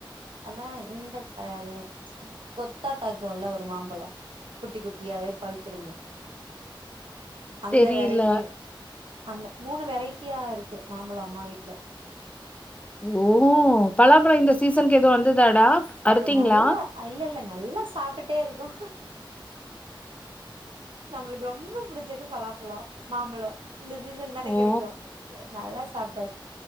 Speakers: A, on the right; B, on the left.
A: அதான் இந்த காய்யா அது கொத்தா காய்க்குல ஒரு மாம்பழம் குட்டி குட்டியாவே பழுத்துருமே அந்த
B: தெரில
A: வெரைட்டி அந்த மூணு வெரைட்டியா இருக்கு மாம்பழம் அம்மா வீட்டுல
B: ஓ பலாம்பழொ இந்த சீசனுக்கு எதுவு வந்துதாடா அறுத்தீங்களா
A: வல்லா அ இல்ல இல்ல நல்லா சாப்பிட்டுட்டே இருக்கோ நம்மளுக்கு ரொம்ப புடிச்சது பலாப்பழொ மாம்பழொ இந்த சீசன் தானே
B: ஓ
A: கெடைக்கு நல்லா சாப்